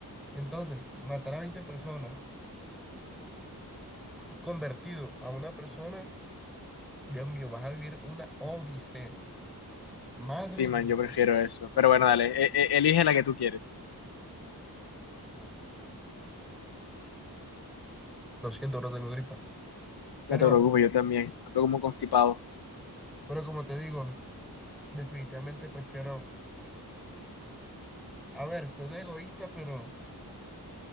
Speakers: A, in the centre; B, on the left.
A: Entonces, matar a 20 personas convertido a una persona Dios mío, vas a vivir una odisea. Madre
B: Sí, man,
A: de Dios.
B: yo prefiero eso. Pero bueno, dale, e- e- elige la que tú quieres.
A: Lo siento, no tengo gripa. Pero,
B: No te preocupes, yo también. Ando como constipado.
A: pero como te digo, definitivamente prefiero. A ver, suena egoísta, pero,